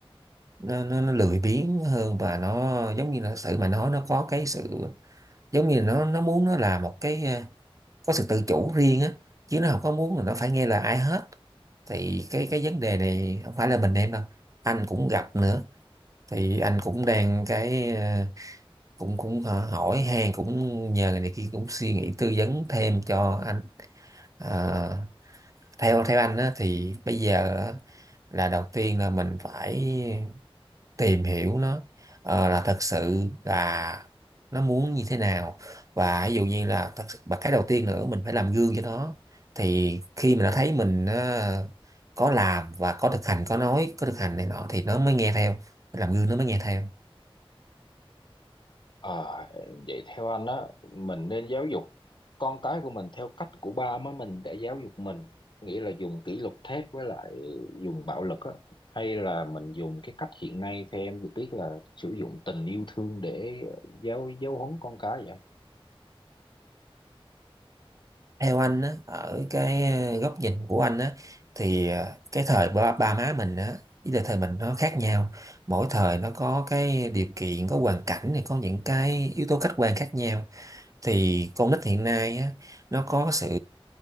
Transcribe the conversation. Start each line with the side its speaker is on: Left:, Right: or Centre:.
Right: nó, nó, nó lười biếng hơn và nó giống như là sự mà nói nó có cái sự giống như là nó nó muốn nó làm một cái có sự tự chủ riêng á chứ nó không có muốn là nó phải nghe lời ai hết thì cái cái vấn đề này không phải là mình em đâu anh cũng gặp nữa thì anh cũng đang cái ờ, cũng cũng ờ, hỏi han cũng nhờ người này kia cũng suy nghĩ tư vấn thêm cho anh Ờ, theo theo anh á, thì bây giờ á, là đầu tiên là mình phải tìm hiểu nó ờ, là thật sự là nó muốn như thế nào và ví dụ như là thật sự, và cái đầu tiên nữa mình phải làm gương cho nó thì khi mà nó thấy mình ờ, có làm và có thực hành có nói có thực hành này nọ thì nó mới nghe theo Phải làm gương nó mới nghe theo
Left: À, vậy theo anh á mình nên giáo dục con cái của mình theo cách của ba má mình đã giáo dục mình nghĩa là dùng kỷ luật thép với lại dùng bạo lực á hay là mình dùng cái cách hiện nay theo em được biết là sử dụng tình yêu thương để giáo giáo huấn con cái vậy
Right: theo anh á, ở cái ờ, góc nhìn của anh á thì ờ, cái thời ba, ba má mình á với lại thời mình nó khác nhau mỗi thời nó có cái điều kiện có hoàn cảnh này có những cái yếu tố khách quan khác nhau thì con nít hiện nay á, nó có sự